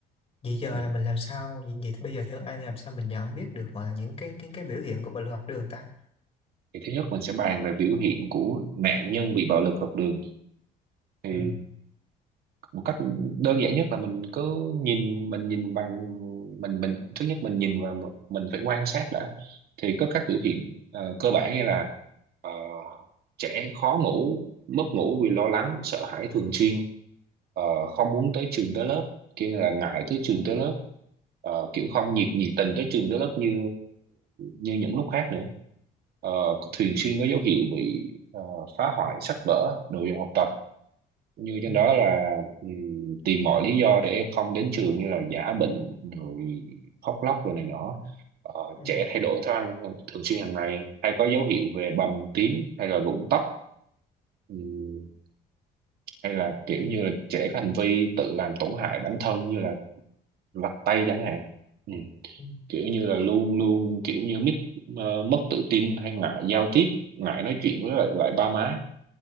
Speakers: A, on the left; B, on the right.
A: vậy giờ
B: ừ.
A: là mình làm sao vậy, vậy thì bây giờ theo An làm sao mình nhận biết được gọi là những cái cái cái biểu hiện của bệnh học đường ta
B: thì thứ nhất mình sẽ bàn về biểu hiện của nạn nhân bị bạo lực học đường thì
A: ừ
B: một cách đơn giản nhất là mình cứ nhìn mình nhìn bằng mình mình thứ nhất mình nhìn và m- mình phải quan sát đã thì có các biểu hiện ờ, cơ bản như là ờ, trẻ khó ngủ mất ngủ vì lo lắng sợ hãi thường xuyên ờ, không muốn tới trường tới lớp kia là ngại tới trường tới lớp ờ, kiểu
A: ừ
B: không nhiệt nhiệt tình tới trường tới lớp như như những lúc khác nữa Ờ, thường xuyên có dấu hiệu bị ờ, phá hoại sách vở đồ dùng học tập như trên
A: ừ
B: đó là ừm, tìm mọi lý do để không đến trường như là giả bệnh rồi khóc lóc rồi này nọ Ờ,
A: ừ
B: trẻ thay đổi thức ăn thường xuyên hàng ngày hay có dấu hiệu về bầm tím hay là rụng tóc Ừm, hay là
A: ok
B: kiểu như là trẻ có hành vi tự làm tổn hại bản thân như là lặt tay chẳng hạn Ừm,
A: ừ,
B: kiểu như là luôn luôn kiểu như mít ờ, mất tự tin hay ngại giao tiếp ngại nói chuyện với lại, lại ba má